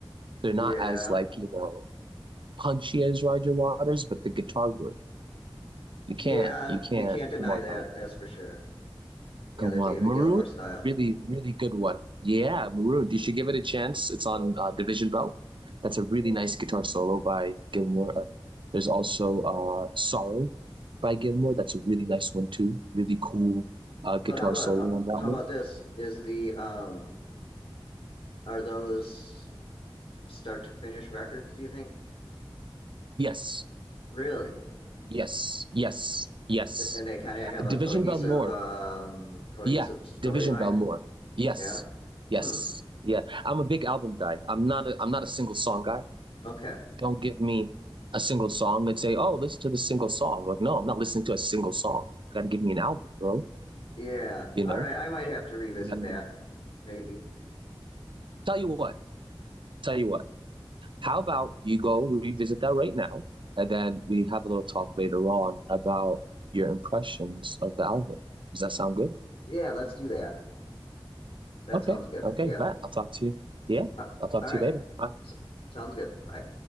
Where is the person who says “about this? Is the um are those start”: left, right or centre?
Left